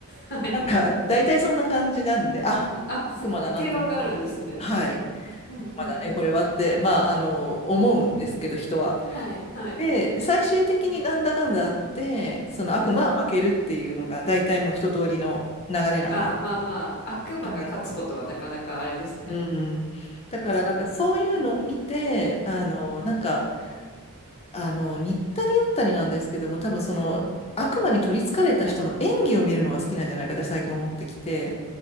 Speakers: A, on the left; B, on the left.
A: はい。
B: なんか、大体そんな感じなんで、あ、
A: あ、す、
B: 悪魔だなって思う。
A: 定番があるんですね。
B: はい。
A: うんうんうん。
B: 悪魔だね、これはって、まあ、あの、思うんですけど、人は。
A: はい、はい。
B: で、最終的になんだかんだあって、
A: うん。
B: その悪魔は負けるっていうのが、
A: はい。
B: 大体もう一通りの流れなんです。
A: あ、まあまあ、悪魔が勝つことはなかなかあれですね。
B: はい。うん。だから、
A: 確かに。
B: なんかそういうのを見て、
A: はい。
B: あの、
A: うんうん。
B: なんか、あの、似ったり寄ったりなんですけども、多分その、
A: はい。
B: 悪魔に取り憑かれた人の演技を見るのが好きなんじゃないかって最近思ってきて、